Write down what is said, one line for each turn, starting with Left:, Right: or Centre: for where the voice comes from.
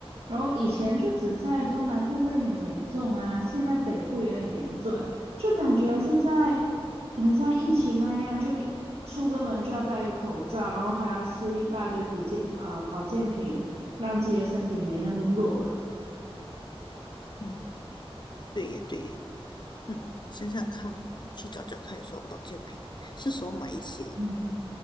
Right: 然后以前就只在中南部会很严重啊，现在北部也很严重，就感觉现在很像疫情那样，就出个门就要戴个口罩，然后还要吃一大堆保健啊、呃保健品，让自己的身体没那么弱了。
Left: 嗯，对耶，对耶，嗯，想想看，去找找看有什么保健品，是时候买一些。
Right: 嗯。